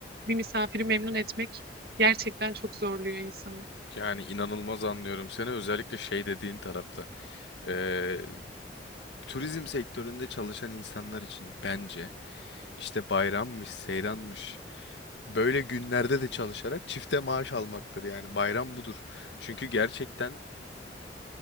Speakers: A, on the right (about 55°); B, on the left (about 75°).
A: bir misafiri memnun etmek gerçekten çok zorluyor insanı.
B: Yani inanılmaz anlıyorum seni özellikle şey dediğin tarafta. Ee, turizm sektöründe çalışan insanlar için bence işte bayrammış, seyranmış böyle günlerde de çalışarak çifte maaş almaktır yani bayram budur. Çünkü gerçekten